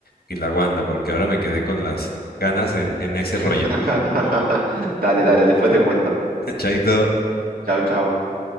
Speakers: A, on the left; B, on the right.
A: y la Wanda, porque ahora me quedé con las ganas en, en ese
B: <laughs>
A: rollo.
B: Dale, dale, después te cuento.
A: <laughs> Chaito.
B: Chau, chau.